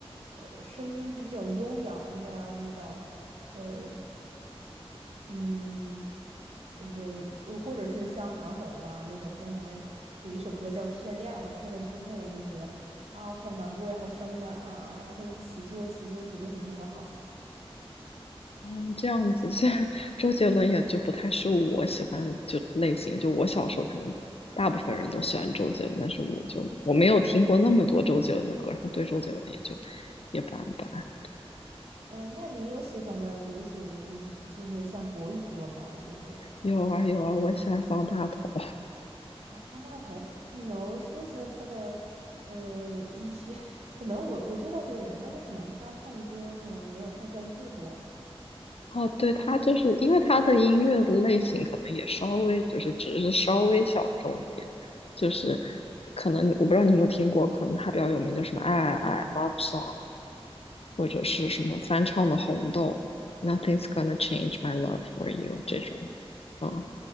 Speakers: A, on the right; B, on the left.
A: 呃声音比较悠扬的啊，比较。呃。嗯，呃对，就或者是像韩红了那种，像什么有一首歌叫《天亮》，我听了之后我就觉得啊，我好难过呀，好伤感啊。然后他的词作词作曲为什么那么好？
B: 哦，这样子，现在周杰伦也就不太是我喜欢的就类型。就我小时候可能大部分人都喜欢周杰伦，但是我就我没有听过那么多周杰伦的歌，然后对周杰伦也就一般般。
A: 哦，那你有喜欢的流行就是像国语歌吗？就是
B: 有啊有啊，我喜欢方大同。
A: 啊，方大同，你能说一下他的呃一些？<laughs> 可能我我知道这个人，但是可能他唱的歌可能我没有太关注过。
B: 哦，对，他就是因为他的音乐的类型可能也稍微就是只是稍微小众一点，就是可能我不知道你有没有听过，可能他比较有名就什么爱爱爱 Love Song。或者是什么翻唱的《红豆》，Nothing's gonna change my love for you 这种，嗯，